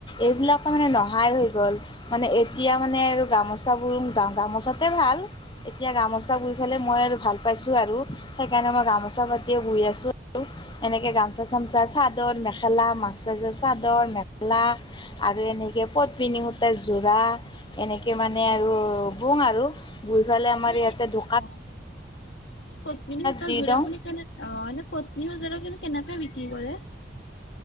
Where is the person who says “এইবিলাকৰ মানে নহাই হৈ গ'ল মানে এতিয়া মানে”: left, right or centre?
Left